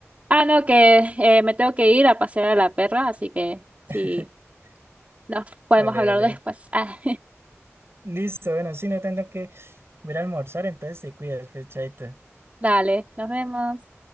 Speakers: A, on the right; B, on the right.
A: Ah, no, que eh, me tengo que ir a pasear a la perra, así que sí,
B: <laughs>
A: nos podemos
B: Vale,
A: hablar
B: vale.
A: después. <laughs> Ah,
B: Listo, bueno, sí, no tengo que ir a almorzar, entonces te cuidas, pues, chaito.
A: dale, nos vemos.